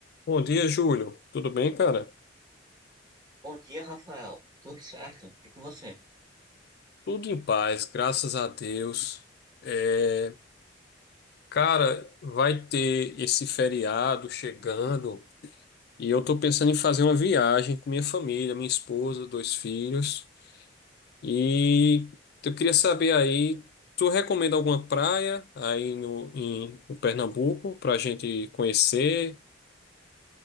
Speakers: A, on the left; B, on the right.
A: Bom dia, Júlio. Tudo bem, cara?
B: Bom dia, Rafael. Tudo certo? E com você?
A: Tudo em paz, graças a Deus. É, cara, vai ter esse feriado chegando e eu tô pensando em fazer uma viagem com minha família, minha esposa, dois filhos. E eu queria saber aí, tu recomenda alguma praia aí no, em, no Pernambuco pra gente conhecer?